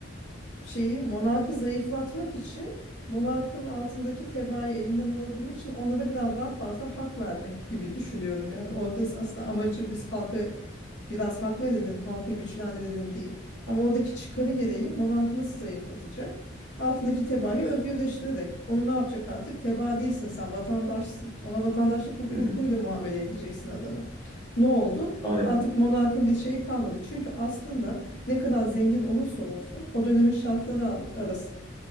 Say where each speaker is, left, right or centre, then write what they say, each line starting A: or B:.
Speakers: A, on the left; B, on the left.
A: şeyi monarkı zayıflatmak için monarkın altındaki tebaayı elinden alabilmek için onlara biraz daha fazla hak vermek gibi düşünüyorum. Yani orada aslında amacı biz halka biraz hak verelim, halkı güçlendirelim değil. Ama oradaki çıkarı gereği monarkı nasıl zayıflatacak? Altındaki tebaayı özgürleştirerek. Onu ne yapacak artık? Tebaa değilsin sen, vatandaşsın. Ona vatandaşlık hukukuyla
B: Hı hı,
A: muamele edeceksin adamı. Ne oldu?
B: aynen.
A: Artık monarkın bir şeyi kalmadı. Çünkü aslında ne kadar zengin olursa olsun o dönemin şartları arası,